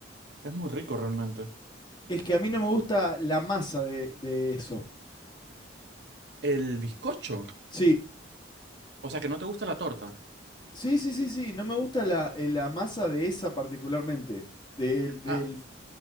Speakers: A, on the right; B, on the left.
A: Es muy rico realmente.
B: Es que a mí no me gusta la masa de, de eso.
A: El bizcocho.
B: Sí,
A: O sea, que no te gusta la torta.
B: sí, sí, sí, sí. No me gusta la, eh, la masa de esa particularmente. Del, del,
A: Ah,